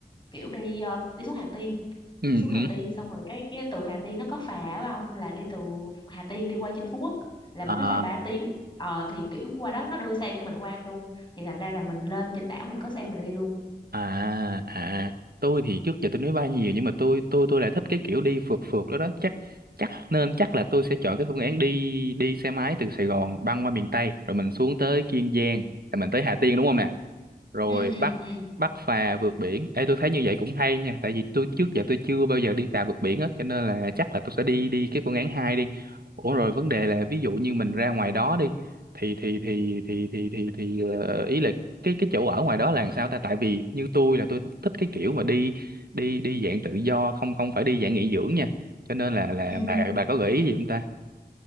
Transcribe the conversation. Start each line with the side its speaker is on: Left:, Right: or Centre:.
Left: kiểu đi ờ, đi xuống Hà Tiên
Right: Ừ.
Left: đi xuống
Right: hử.
Left: Hà Tiên xong rồi cái cái từ Hà Tiên nó có phà á ông là đi từ Hà Tiên đi qua trên Phú Quốc là
Right: À,
Left: một cái phà 3 tiếng ờ thì kiểu qua đó nó đưa xe cho mình qua luôn thì thành ra là mình lên trên đảo mình có xe mình đi luôn
Right: À, à, tôi thì trước giờ tôi nói bay nhiều nhưng mà tôi tôi tôi lại thích cái kiểu đi phượt phượt đó đó chắc chắc nên chắc là tôi sẽ chọn cái phương án đi đi xe máy từ Sài Gòn băng qua miền Tây rồi mình xuống tới Kiên Giang rồi mình tới Hà Tiên đúng không nè? rồi
Left: ừ ừ
Right: bắt
Left: ừ
Right: bắt phà vượt biển Ê tôi thấy như vậy cũng hay nha tại vì tôi trước giờ tôi chưa bao giờ đi phà vượt biển hết cho nên là chắc là tôi sẽ đi đi cái phương án hai đi ủa rồi vấn đề là ví dụ như mình ra ngoài đó đi thì thì thì thì thì thì thì ờ, ý là cái cái chỗ ở ngoài đó là làm sao ta tại vì như tôi là tôi thích cái kiểu mà đi đi đi dạng tự do không không phải đi dạng nghỉ dưỡng nha cho nên là là
Left: ừ
Right: bà bà có gợi ý gì không ta